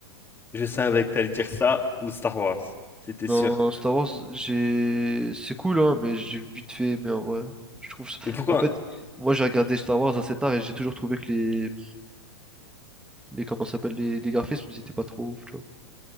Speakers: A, on the left; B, in the centre.
A: je savais que t'allais dire ça ou Star Wars. C'était
B: Non,
A: sûr.
B: Star Wars, j'ai... c'est cool, hein, mais j'ai vite fait aimé en vrai. Je trouve ça...
A: Mais pourquoi?
B: En fait, moi j'ai regardé Star Wars assez tard et j'ai toujours trouvé que les... les comment ça s'appelle les... les graphismes, ils étaient pas trop ouf, tu vois.